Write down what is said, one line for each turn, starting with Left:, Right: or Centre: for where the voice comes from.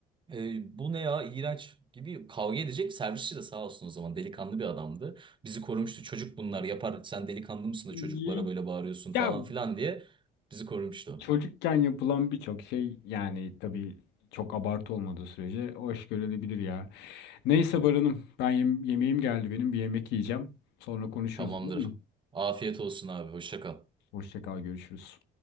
Right: E, bu ne ya iğrenç gibi kavga edecek servisçi de sağ olsun o zaman delikanlı bir adamdı. Bizi korumuştu çocuk bunlar yapar sen delikanlı mısın
Left: Y-
Right: da çocuklara böyle bağırıyorsun falan
Left: Ya
Right: filan diye bizi korumuştu.
Left: çocukken yapılan birçok şey yani tabii çok abartı olmadığı sürece hoş görülebilir ya. Neyse Baran'ım ben yem- yemeğim geldi benim bir yemek yiyeceğim. Sonra konuşuruz
Right: Tamamdır.
Left: olur mu?
Right: Afiyet olsun abi hoşça kal.
Left: Hoşça kal görüşürüz.